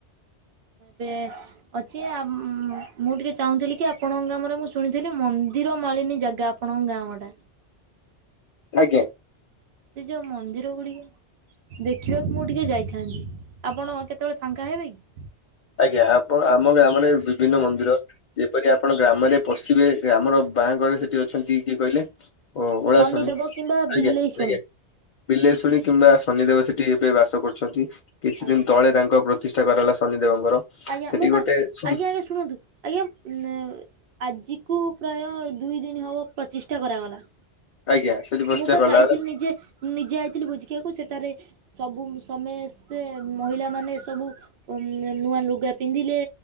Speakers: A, on the right; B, on the left.
A: ବେଞ୍ଚ୍। ଅଛି, ଆ ମୁଁ ଟିକେ ଚାହୁଁଥିଲି କି ଆପଣଙ୍କ ଗ୍ରାମରେ ମୁଁ ଶୁଣିଥିଲି, ମନ୍ଦିର ମାଳିନୀ ଜାଗା ଆପଣଙ୍କ ଗାଁ ମଟା?
B: ଆଜ୍ଞା।
A: ସେ ଯୋଉ ମନ୍ଦିର ଗୁଡିକ ଦେଖିବାକୁ ମୁଁ ଟିକେ ଯାଇଥାନ୍ତି, ଆପଣ କେତେବେଳେ ଫାଙ୍କା ହେବେ କି?
B: ଆଜ୍ଞା, ଆପଣ ଆମ ଗାଁ ମାନେ ବିଭିନ୍ନ ମନ୍ଦିର ଯେପରି ଆପଣ ଗ୍ରାମରେ ପଶିବେ, ଗ୍ରାମର ବାଁ କରେ ସେଠି ଅଛନ୍ତି କିଏ କହିଲେ? ଓ ଓଳାଶୁଣୀ,
A: ଶନିଦେବ କିମ୍ବା
B: ଆଜ୍ଞା
A: ବିଲେଇ ଶୁଣି
B: ଆଜ୍ଞା। ବିଲେଇଶୁଣୀ କିମ୍ବା ଶନିଦେବ ସେଠି ଏବେ ବାସ କରୁଛନ୍ତି, କିଛି
A: ଆଜ୍ଞା
B: ଦିନି ତଳେ ତାଙ୍କ ପ୍ରତ୍ ତିଷ୍ଠା କରାଗଲା ଶନିଦେବଙ୍କର।
A: ଆଜ୍ଞା
B: ସେଠି
A: ମୁଁ ପା,
B: ଗୋଟେ ସୁ
A: ଆଜ୍ଞା ଆଜ୍ଞା ଶୁଣନ୍ତୁ, ଆଜ୍ଞା ନେ ଆଜିକୁ ପ୍ରାୟ ଦୁଇ ଦିନ ହବ ପ୍ରଚିଷ୍ଠା କରାଗଲା।
B: ଆଜ୍ଞା ସେଠି ପ୍ରତିଷ୍ଠା
A: ମୁଁ ପା
B: କଲା
A: ଯାଇଥିଲି
B: ହେଲା
A: ନିଜେ, ମୁଁ ନିଜେ ଯାଇଥିଲି ଭୋଜିଖିଆକୁ, ସେଠାରେ ସବୁ ସମେସ୍ତେ ମହିଳା ମାନେ ସବୁ ଉ, ନୂଆ ଲୁଗ ଲୁଗା ପିନ୍ଧିଲେ,